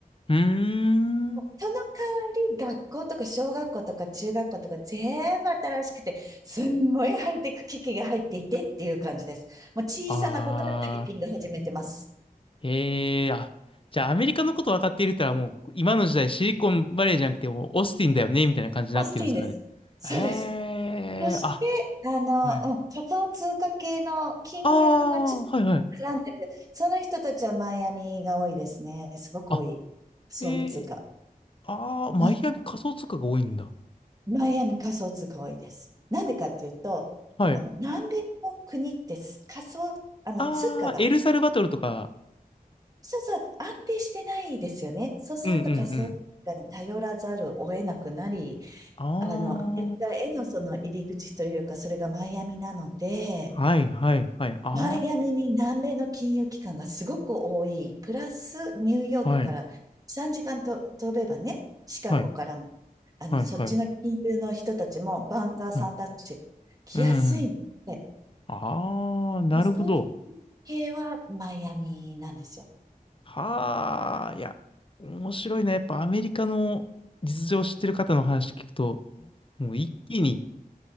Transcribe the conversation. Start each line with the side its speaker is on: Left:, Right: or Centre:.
Left: うーん。
Right: その代わり、学校とか小学校とか中学校とか全部新しくて、すんごいハイテク機器が入っていてっていう感じです。もう小さな子からタイピング始めてます。
Left: あー。へえ。あ、じゃあ、アメリカのこと分かっている人はもう、今の時代シリコンバレーじゃなくて、もうオースティンだよね、みたいな感じになってるんですからね。
Right: オースティンです。そうです。
Left: へえ。
Right: そして、
Left: あ、
Right: あの、
Left: はい。
Right: うん、仮想通貨系の金融がちょっ
Left: ああ、はい、はい。
Right: と絡んでる。その人たちはマイアミが多いですね。すごく多い。
Left: あ、
Right: 仮想通貨。
Left: えーああ、マイアミ仮想通貨が多いんだ。
Right: うん。マイアミ仮想通貨多いです。なんでかっていうと、
Left: はあはい。
Right: あの、南米の国ってす仮想、あの、
Left: ああ、
Right: 通貨が、
Left: エルサルバトルとか。
Right: そうそう、安定してないですよね。そうすると仮想通貨に頼らざるを得なくなり、
Left: うんうんうん。あ
Right: あの、アメリカへのその入り口というか、それがマイアミなので、
Left: あ、はいはいはい。あ
Right: マイアミに南米の金融機関がすごく多い。プラスニューヨークから3時間と飛べばね、
Left: あ、はい
Right: シカゴからも、
Left: はい
Right: あの、
Left: はいはい
Right: そっちの金融の人たちもバンカーさんたち来やすいんで、
Left: はい。うんうん。ああ、なるほど。
Right: リうー系はマイアミなんですよ。
Left: はあ、いや、面白いね。やっぱアメリカの実情を知ってる方の話聞くと、もう一気に